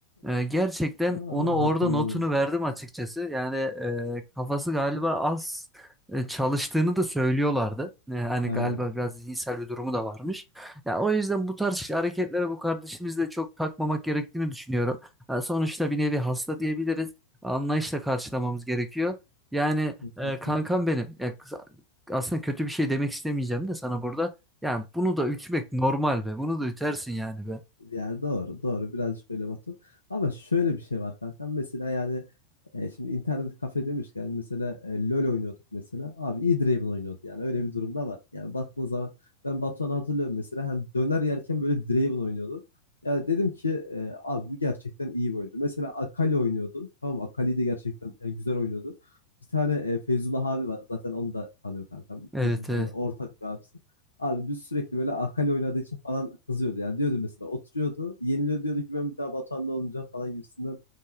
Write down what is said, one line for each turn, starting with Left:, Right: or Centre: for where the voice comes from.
Centre: E, gerçekten
Left: <laughs> Aa,
Centre: ona orada
Left: Hatırladım.
Centre: notunu verdim açıkçası. Yani e, kafası galiba az e, çalıştığını da söylüyorlardı. E, hani
Left: Aynen.
Centre: galiba biraz zihinsel bir durumu da varmış. Ya o yüzden bu tarz hareketlere bu kardeşimizle çok takmamak gerektiğini düşünüyorum. Ha, sonuçta bir nevi hasta diyebiliriz. Anlayışla karşılamamız gerekiyor. Yani
Left: Kesinlikle.
Centre: e, kankam benim. Ya, kız- aslında kötü bir şey demek istemeyeceğim de sana burada. Yani bunu da ütmek normal be. Bunu da ütersin yani be.
Left: Yani doğru, doğru. Birazcık öyle Batu. Ama şöyle bir şey var kanka. Mesela yani e, şimdi internet kafe demişken mesela e, LoL oynuyorduk mesela. Abi E-Draven oynuyordu yani. Öyle bir durumda var. Yani baktığın zaman ben Batuhan'ı hatırlıyorum mesela. Hani döner yerken böyle Draven oynuyordu. Yani dedim ki e, abi bu gerçekten iyi bir oyuncu. Mesela Akali oynuyordu. Tamam mı? Akali de gerçekten yani güzel oynuyordu. Bir tane e, Feyzullah abi var. Zaten onu da tanıyor kankam. İkimizin
Centre: Evet
Left: hani
Centre: evet.
Left: ortak bir abisi. Abi biz sürekli böyle Akali oynadığı için falan kızıyordu. Yani diyordu mesela oturuyordu. Yeniliyor diyordu ki ben bir daha Batuhan'la olmayacağım falan gibisinden